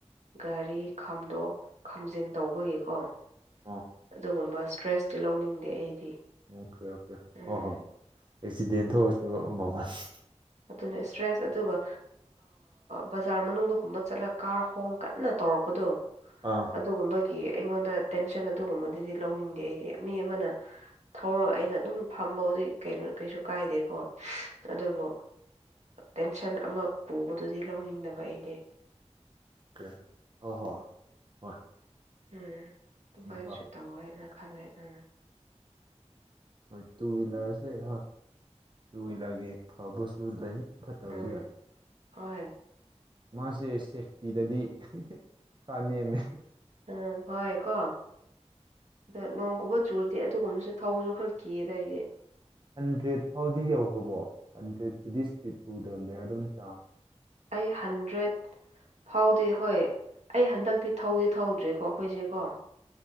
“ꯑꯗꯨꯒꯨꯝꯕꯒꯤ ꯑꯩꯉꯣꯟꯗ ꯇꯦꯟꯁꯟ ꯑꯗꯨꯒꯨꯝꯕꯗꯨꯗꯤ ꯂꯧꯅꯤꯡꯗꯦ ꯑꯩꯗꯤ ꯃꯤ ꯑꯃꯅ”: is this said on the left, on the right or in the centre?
Right